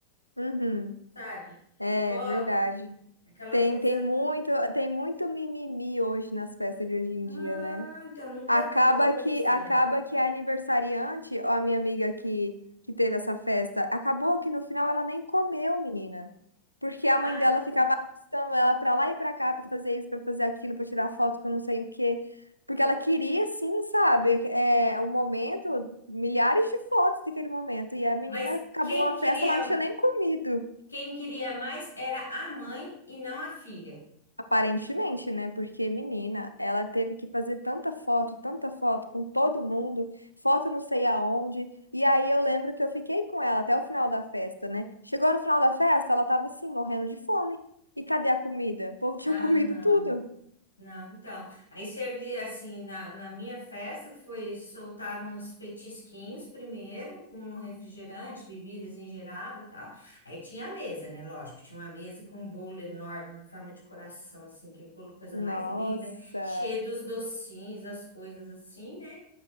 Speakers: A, on the right (about 85°); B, on the left (about 80°).
A: Uhum.
B: sabe?
A: É
B: Fo-
A: verdade.
B: aquela
A: Tem,
B: coisa,
A: tem muito, tem muito mimimi hoje nas festas de hoje em
B: muita,
A: dia, né?
B: muita
A: Acaba
B: coisa.
A: que acaba que a aniversariante, ó, a minha amiga que, que teve essa festa, acabou que no final ela nem comeu, menina. Porque a
B: Ah,
A: mãe dela ficava arrastando ela pra lá e pra cá pra fazer isso, pra fazer aquilo, pra tirar foto com não sei o quê. Porque ela queria, sim, sabe, é, o momento, milhares de fotos daquele momento. E a menina
B: Mas
A: acabou
B: quem
A: a
B: queria
A: festa, ela não tinha nem comido.
B: Quem queria mais era a mãe e não a filha.
A: Aparentemente, né? Porque, menina, ela teve que fazer tanta foto, tanta foto com todo mundo, foto não sei aonde. E aí eu lembro que eu fiquei com ela até o final da festa, né? Chegou no final da festa, ela tava assim, morrendo de fome. E cadê a comida? O povo <laughs> tinha
B: Ah,
A: comido
B: não,
A: tudo.
B: não. Então, aí servia assim, na, na minha festa foi soltar uns petisquinhos primeiro, com refrigerante, bebidas em geral e tal. Aí tinha a mesa, né? Lógico, tinha uma mesa com um bolo enorme, em forma de coração, assim, aquele bolo, coisa
A: Nossa!
B: mais linda, cheio dos docinhos, as coisas assim, né?